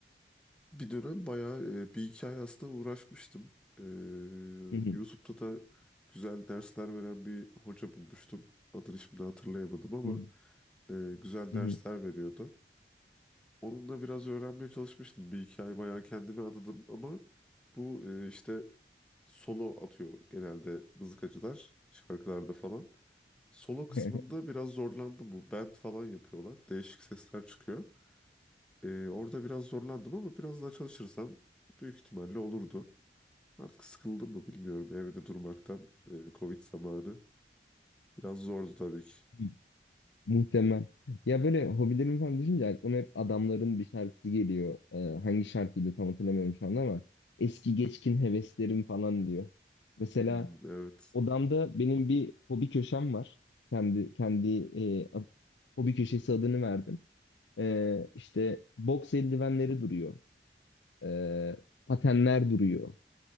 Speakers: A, in the centre; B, on the left.
A: Bir dönem bayağı e, bir iki ay aslında uğraşmıştım. Ee,
B: Hı hı,
A: YouTube'da da güzel dersler veren bir hoca bulmuştum. Adını şimdi hatırlayamadım ama
B: hı
A: e, güzel
B: hı,
A: dersler veriyordu. Onunla biraz öğrenmeye çalışmıştım. Bir iki ay bayağı kendimi adadım ama bu e, işte solo atıyor genelde mızıkacılar şarkılarda falan. Solo kısmında
B: hı
A: biraz zorlandım bu. Band falan yapıyorlar. Değişik sesler çıkıyor. Ee, orada biraz zorlandım ama biraz daha çalışırsam büyük ihtimalle olurdu. Artık sıkıldım mı bilmiyorum. Evde durmaktan e, Covid zamanı biraz zordu tabii ki.
B: hı. <laughs> Muhtemel. Ya böyle hobilerim falan düşünce aklıma hep adamların bir şarkısı geliyor. Ee, hangi şarkıydı tam hatırlamıyorum şu anda ama eski geçkin heveslerim falan diyor. Mesela
A: Hmm, evet.
B: odamda benim bir hobi köşem var. Kendi kendi e, ad- hobi köşesi adını verdim. Ee, işte boks eldivenleri duruyor. Ee, patenler duruyor.